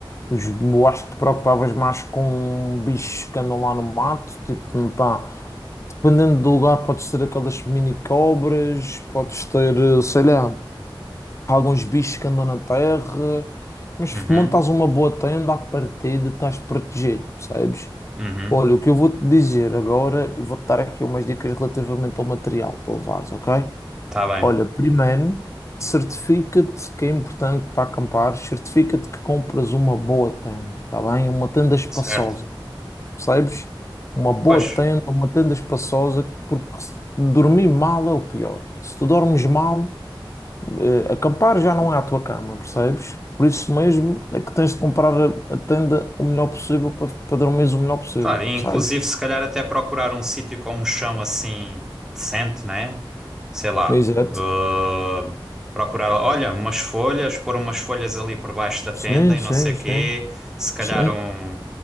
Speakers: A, on the left; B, in the centre.
A: os, eu acho que te preocupavas mais com bichos que andam lá no mato, tipo, pá, dependendo do lugar, podes ter aquelas mini cobras, podes ter, eh, sei lá, alguns bichos que andam na terra, mas
B: uhum,
A: montas uma boa tenda à partida, estás protegido, percebes?
B: uhum.
A: Olha, o que eu vou te dizer agora, e vou-te dar aqui umas dicas relativamente ao material para levares, ok?
B: Tá bem.
A: Olha, primeiro, certifica-te que é importante para acampar, certifica-te que compras uma boa tenda, tá bem? Uma tenda espaçosa,
B: Certo.
A: percebes? Uma boa
B: Pois,
A: tenda, uma tenda espaçosa, porque se- dormir mal é o pior. Se tu dormes mal, eh, acampar já não é a tua cama, percebes? Por isso mesmo é que tens de comprar a, a tenda o melhor possível para, para dormires o melhor possível,
B: claro, e inclusive
A: percebes?
B: se calhar até procurar um sítio com um chão assim decente, né? Sei lá.
A: Exato.
B: uh, procurar, olha, umas folhas, pôr umas folhas ali por baixo da tenda
A: Sim,
B: e
A: sim,
B: não sei quê.
A: sim.
B: Se calhar
A: Sim,
B: um,